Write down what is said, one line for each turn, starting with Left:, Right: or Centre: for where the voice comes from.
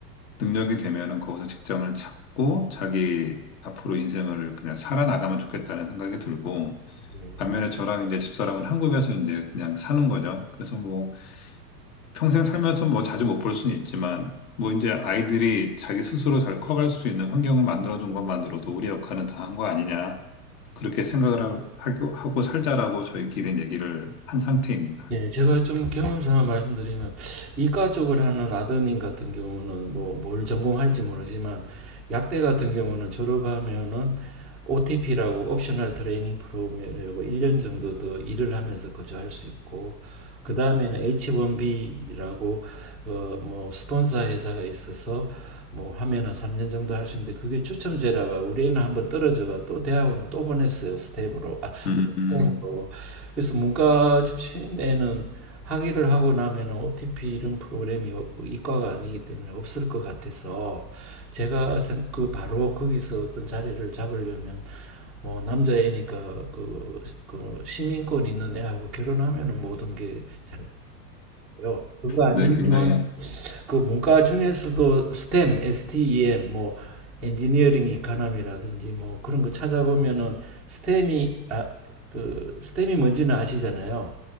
Left: 능력이 되면은 거기서 직장을 찾고 자기 앞으로 인생을 그냥 살아나가면 좋겠다는 생각이 들고,
Centre: 네.
Left: 반면에 저랑 이제 집사람은 한국에서 이제 그냥 사는 거죠. 그래서 뭐 평생 살면서 뭐 자주 못 볼 수는 있지만, 뭐 이제 아이들이 자기 스스로 잘 커갈 수 있는 환경을 만들어준 것만으로도 우리 역할은 다 한 거 아니냐. 그렇게 생각을 하- 하고, 하고 살자라고 저희끼리 얘기를 한 상태입니다.
Centre: 예, 제가 좀 경험상 말씀드리면 이과 쪽을 하는 아드님 같은 경우는 뭐 뭘 전공할지 모르지만 약대 같은 경우는 졸업하면은 OTP라고 옵셔널 트레이닝 프로그램이라고 1년 정도 더 일을 하면서 거주할 수 있고 그 다음에는 H1B라고 어 뭐 스폰서 회사가 있어서 뭐 하면은 3년 정도 할 수 있는데 그게 추첨제라가 우리 애는 한번 떨어져가 또 대학원을 또 보냈어요 스텝으로 아,
Left: 음,
Centre: 그 스텝으로
Left: 음.
Centre: 그래서 문과 출신에는 학위를 하고 나면 OTP 이런 프로그램이 어- 이과가 아니기 때문에 없을 것 같아서 제가 그 바로 거기서 어떤 자리를 잡으려면 뭐 남자애니까 그, 그 시민권 있는 애하고 결혼하면은 모든 게잘 어려워. 그거 아니면은
Left: 네, 굉장히. 예,
Centre: 그 문과 중에서도 STEM, STEM 뭐 엔지니어링 이카남이라든지 뭐 그런 거 찾아보면은 스템이 아, 그 스템이 뭔지는 아시잖아요.